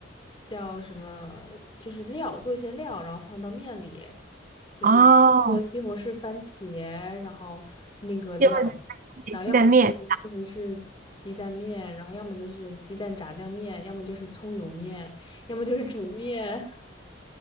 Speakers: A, on the left; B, on the right.
A: 叫什么，就是料，做一些料，然后放到面里，就是做西红柿、
B: 哦，
A: 番茄，然后那个料，
B: 就或者
A: 然后要么是西红柿鸡蛋面，
B: 鸡蛋面。
A: 然后要么就是鸡蛋炸酱面，要么就是葱油面。要么就是煮面，<laughs>